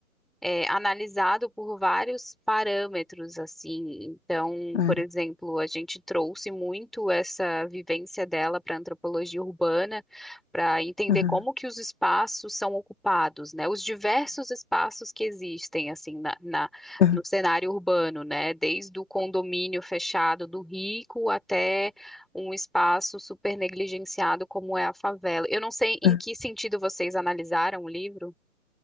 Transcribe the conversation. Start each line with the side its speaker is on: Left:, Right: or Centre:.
Centre: é, analisado por vários parâmetros, assim. Então,
Left: ah,
Centre: por exemplo, a gente trouxe muito essa vivência dela para a antropologia urbana, para entender
Left: aham,
Centre: como que os espaços são ocupados, né? Os diversos espaços que existem, assim, na, na-
Left: aham,
Centre: no cenário urbano, né? Desde o condomínio fechado do rico até um espaço super negligenciado como é a favela. Eu não sei em
Left: aham.
Centre: que sentido vocês analisaram o livro.